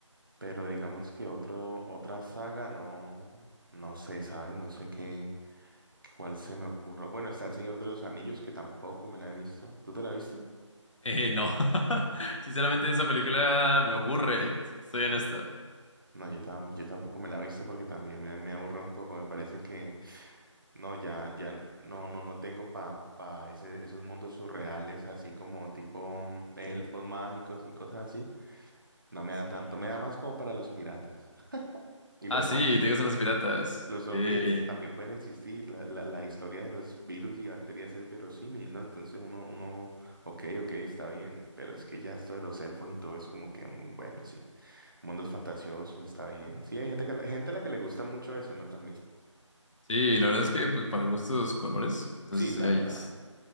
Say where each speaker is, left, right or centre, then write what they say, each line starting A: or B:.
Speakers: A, on the right; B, on the left.
A: pero digamos que otro, otra saga no, no sé, ¿sabes? No sé qué, cuál se me ocurra. Bueno, está El Señor de los Anillos, que tampoco me la he visto. ¿Tú te la viste?
B: Eh, no. <laughs> Sinceramente, esa película me aburre, si te soy honesto.
A: No, yo, tam- yo tampoco me la he visto porque también me, me aburre un poco. Me parece que No, ya, ya, no, no, no tengo pa, pa ese, esos mundos surreales, así como tipo mm, elfos mágicos y cosas así. No me
B: Sí,
A: da
B: sí.
A: tanto, me da más como para los piratas <laughs> y
B: Ah,
A: los
B: sí,
A: zombies.
B: te gustan los piratas.
A: Los
B: Ok.
A: zombies
B: Sí,
A: también pueden existir, la, la, la historia de los virus y bacterias es verosímil, ¿no? Entonces uno, uno, ok, ok, está bien, pero es que ya esto de los elfos y todo es como que, mm, bueno, sí, mundos fantasiosos, está bien. Sí, hay gente que, gente a la que le gusta mucho eso, ¿no? También.
B: Sí, la verdad es que pues, para gustos colores. Entonces
A: Sí, la
B: sí hay,
A: verdad,
B: sí